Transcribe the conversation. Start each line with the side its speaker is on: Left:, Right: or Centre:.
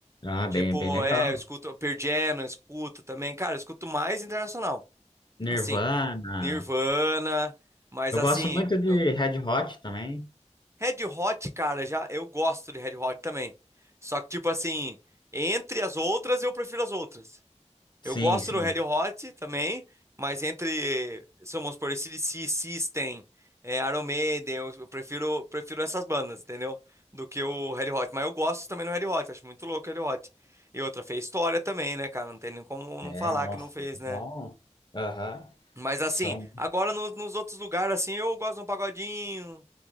Left: ah,
Right: Tipo,
Left: bem, bem legal.
Right: é, eu escuto Pearl Jam, eu escuto também. Cara, eu escuto mais internacional.
Left: Nirvana.
Right: Assim. Nirvana, mas
Left: Eu
Right: assim,
Left: gosto muito de
Right: eu-
Left: Red Hot também.
Right: Red Hot, cara, já eu gosto de Red Hot também. Só que tipo assim, entre as outras eu prefiro as outras.
Left: Sim,
Right: Eu gosto
Left: sim.
Right: do Red Hot também, mas entre, se vamos supor, AC/DC, System, é, Iron Maiden, eu eu prefiro prefiro essas bandas, entendeu? Do que o Red Hot, mas eu gosto também do Red Hot, acho muito louco o Red Hot. E outra fez história também, né, cara? Não tem nem como não
Left: É,
Right: falar
Left: nossa,
Right: que não fez, né?
Left: são. Aham.
Right: Mas assim,
Left: São.
Right: agora no- nos outros lugares, assim, eu gosto de um pagodinho,